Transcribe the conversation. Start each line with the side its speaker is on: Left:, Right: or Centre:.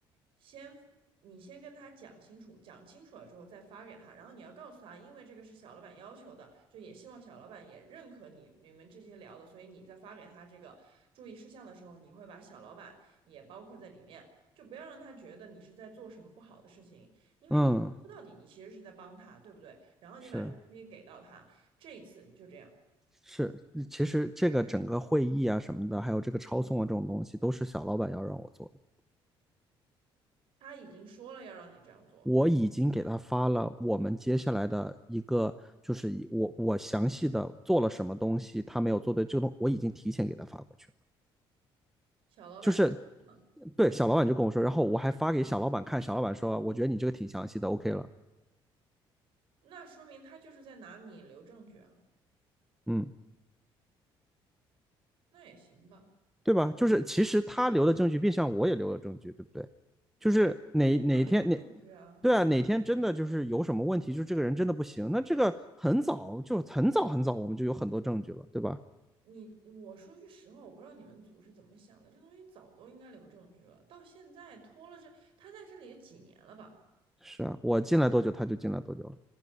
Right: 先，你先跟他讲清楚，讲清楚了之后再发给他，然后你要告诉他，因为这个是小老板要求的，就也希望小老板也认可你你们这些聊的，所以你在发给他这个注意事项的时候，你会把小老板也包括在里面，就不要让他觉得你是在做什么不好的事情。因为你说到底，
Centre: 嗯，
Right: 你其实是在帮他，对不对？然后你把这个东西给到他，
Centre: 是
Right: 这一次就这样，
Centre: 是，其实这个整个会议啊什么的，还有这个抄送啊这种东西，都是小老板要让我做的。
Right: 他已经说了要让你这样做，
Centre: 我已经给他发了我们接下来的一个，就是我我详细的做了什么东西，他没有做对，这个东我已经提前给他发过去了，
Right: 小老板在吗？
Centre: 就是。对，小老板就跟我说，然后我还发给小老板看，小老板说，我觉得你这个挺详细的，OK 了。
Right: 那说明他就是在拿你留证据啊，
Centre: 嗯，
Right: 那也行吧，
Centre: 对吧？就是其实他留的证据，变相我也留了证据，对不对？就是哪哪天哪，
Right: 肯定要留证据啊。
Centre: 对啊，哪天真的就是有什么问题，就这个人真的不行，那这个很早就很早很早，我们就有很多证据了，对吧？
Right: 你我说句实话，我不知道你们组是怎么想的，这东西早都应该留证据了，到现在拖了这，他在这里也几年了吧？
Centre: 是啊，我进来多久，他就进来多久了。